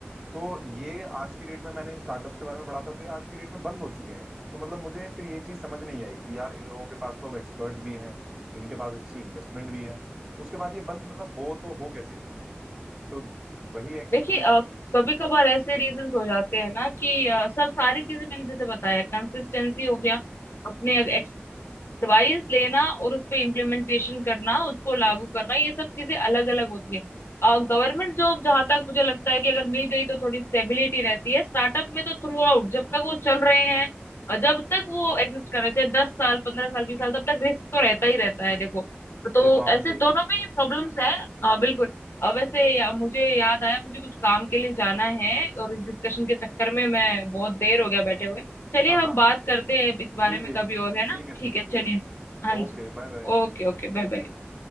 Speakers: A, on the right; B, on the left.
A: तो ये आज की डेट में मैंने इन स्टार्टअप्स के बारे में पढ़ा था तो ये आज की डेट में बंद हो चुके हैं तो मतलब मुझे फिर ये चीज समझ नहीं आई कि यार इन लोगों के पास तो अब एक्सपर्ट्स भी हैं इनके पास अच्छी इन्वेस्टमेंट भी है उसके बाद ये बंद मतलब हो तो हो कैसे गई तो वही है कि
B: देखिए कभी कभार ऐसे रीजंस हो जाते हैं ना कि अ, सब सारी चीजें मैंने जैसे बताया कंसिस्टेंसी हो गया अपने एडवाइस लेना और उस पे इम्प्लीमेंटेशन करना उसको लागू करना ये सब चीजें अलग अलग होती है गवर्नमेंट जॉब जहां तक मुझे लगता है कि अगर मिल गई तो थोड़ी स्टेबिलिटी रहती है स्टार्टअप में तो थ्रू आउट जब तक वो चल रहे हैं और जब तक वो एग्जिस्ट कर रहे हैं, चाहे दस साल पंद्रह साल बीस साल तब तक रिस्क तो रहता ही रहता है देखो तो
A: ये तो आपने
B: ऐसे
A: सही
B: दोनों
A: कहा
B: में प्रॉब्लम्स है हाँ बिल्कुल अ, वैसे या, मुझे याद आया मुझे कुछ काम के लिए जाना है और इस डिस्कशन के चक्कर में मैं बहुत देर हो गया बैठे हुए चलिए
A: हाँ
B: हम
A: हाँ
B: बात करते हैं इस
A: जी
B: बारे में
A: जी
B: कभी
A: जी
B: और है
A: ठीक
B: ना
A: है
B: ठीक
A: ठीक है
B: है
A: ठीक
B: चलिए
A: है
B: हाँ
A: Okay
B: जी
A: bye bye
B: Okay okay bye bye